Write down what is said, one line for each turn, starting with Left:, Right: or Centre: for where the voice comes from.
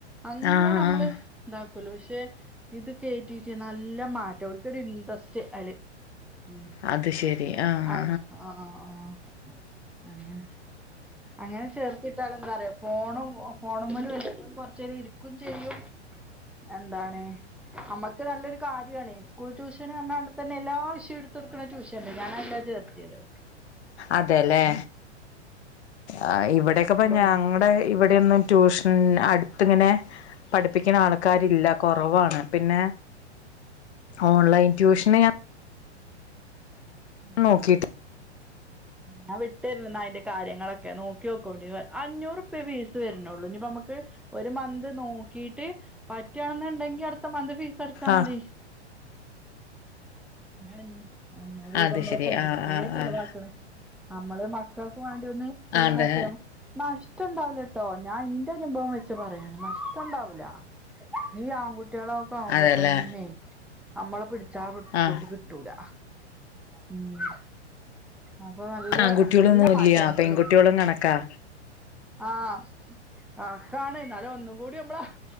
Centre: അങ്ങനെ
Left: ആഹ്
Centre: അമ്മള്
Left: ആഹ്
Centre: ഇതാക്കൊല്ലോ പക്ഷെ ഇത് കേറ്റി റ്റേ നല്ല മാറ്റം ഓല്ക്കൊരു ഇൻട്രസ്റ്റ് അയില് ഉം
Left: അത് ശരി ആഹ്
Centre: ആയ് ആഹ് അഹ് അഹ് അങ്ങനെ അങ്ങനെ ചേർത്തിട്ടാലൊ എന്താ അറിയോ ഫോണും ഫോണ് മ്മലുംഎല്ലെ അപ്പൊ ഓല് കൊറച്ചേരം ഇരിക്കും ചെയ്യും എന്താണ് അമ്മക് ഇക്ക് നല്ലൊരു കാര്യാണേ സ്കൂൾ ട്യൂഷന് പർണാണ്ട്പെന്നെ എല്ലാ വിഷയും ഇട്‌തൊട്ക്ക്ണ ട്യൂഷൻ ഇണ്ട് ഞാനഐലാ ചേർത്ത്യേത്
Left: അതെലേ അ ഇവെടെക്കെപ്പ
Centre: അപ്പൊ
Left: ഞങ്ങടെ ഇവ് ടെ ഒന്നും ട്യൂഷൻ അട്ത്ത് ഇങ്ങനെ പഠിപ്പിക്ക്ണ ആള്ക്കാരില്ല കൊറവാണ് പിന്നെ ഓൺ ലൈൻറ്റൂഷന് ഞാം
Centre: ഉം
Left: നോക്കീട്ട്
Centre: ഞാ വിട്ടെരെന്റ് ഇന്നാ ഐന്റെ കാര്യങ്ങളെക്കെ നോക്ക്യോക്കോണ്ടിം അഞ്ഞൂറുപ്യേ ഫീസ് വെര്നൊള്ളു ഇനിപ്പ അമ്മക്ക് ഒരു മന്ത് നോക്കീട്ട് പറ്റ്യാണന്ന് ഇണ്ടെങ്കി അട്ത്ത മന്ത് ഫീസ് അട ച്ചാമതി
Left: ആഹ്
Centre: ഇങ്ങനേണൊ ഇഞ്ഞ് അഞ്ഞൂറ് രൂപ
Left: അത്
Centre: അമ്മള്
Left: ശരി
Centre: ഇപ്പ എന്തിനെക്കേ
Left: ആഹ് ആഹ്
Centre: ചെലവാക്ക്ണ്
Left: ആഹ്
Centre: നമ്മള് മക്കൾക്ക് വാണ്ടി ഒന്ന് ചെലവാക്കിയാവും
Left: അതെ
Centre: നഷ് ട്ടം ഇണ്ടാവൂലട്ടൊ ഞാ ഇന്റെ അനുഭവം വെച്ച് പറയാണ് നഷ്ട്ടം ഇണ്ടാവൂല ഈ ആങ്കു ട്ട്യോളാെക്ക ആവുമ്പാെതെന്നേയ്
Left: അതെല്ലേ
Centre: അമ്മള് പിടിച്ചാ പിടിച്ചോട്ത്ത്
Left: ആഹ്
Centre: കി ട്ടൂല ഉം അപ്പൊ നല്ലേ
Left: ആൺകുട്ടികളൊന്നും
Centre: നല്ല മാറ്റാ
Left: ഇല്ല
Centre: ഇൻക്ക്
Left: പെൺകുട്ടികളും
Centre: തോന്നി
Left: കണക്കാ
Centre: ആഹ് ആഹ് കണക്കാണ് ഇന്നാലും ഒന്നും കൂടി അമ്മളെഹ്